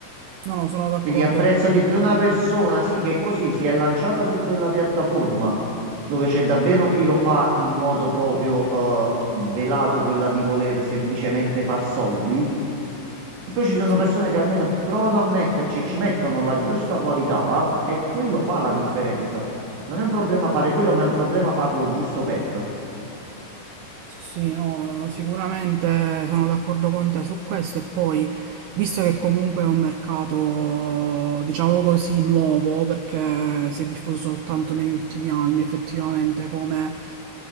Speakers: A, on the right; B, on the right.
A: No, no, sono d'accordo
B: Quindi apprezzo
A: con
B: di più una
A: te.
B: persona, sì, che così si è lanciata su quella piattaforma dove c'è davvero chi lo fa in modo proprio eh, velato, quella di voler semplicemente far soldi. E poi ci sono
A: Sì.
B: persone che almeno provano a metterci e ci mettono la giusta qualità eh, e quello fa la differenza. Non è un problema fare quello, ma è un problema farlo giusto per.
A: Sì, sì, no, sicuramente sono d'accordo con te su questo e poi, visto che comunque è un mercato, diciamo così, nuovo, perché si è diffuso soltanto negli ultimi anni effettivamente come,